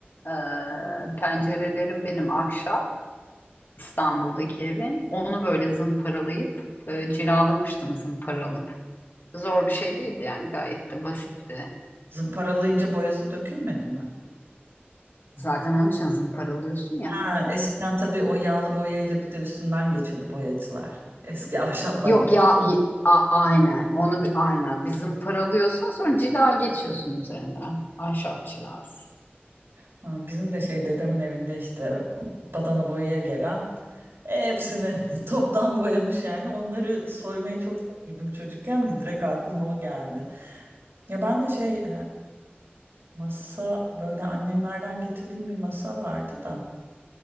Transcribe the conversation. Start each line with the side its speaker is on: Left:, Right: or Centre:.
Left: Ee, pencerelerim benim ahşap. İstanbul'daki evin. Onu böyle zımparalayıp e, cilalamıştım zımparalıp. Zor bir şey değildi yani gayet de basitti.
Right: zımparalayınca boyası dökülmedi mi?
Left: Zaten onun için zımparalıyorsun ya.
Right: Ha, eskiden tabii o yağlı boyayla bir de üstünden geçiyordu boyacılar. Eski ahşaplardan.
Left: Yok ya y- a- aynen onu bi- aynen bizim paralıyorsun sonra cila geçiyorsun üzerine ahşap cilası.
Right: Ha, bizim de şey dedemin evinde işte badana boyaya gelen e, hepsini <laughs> toptan boyamış yani. Onları soymayı çok severdim çocukken de direkt aklıma o geldi. Ya ben de şey e, masa böyle annemlerden getirdiğim bir masa vardı da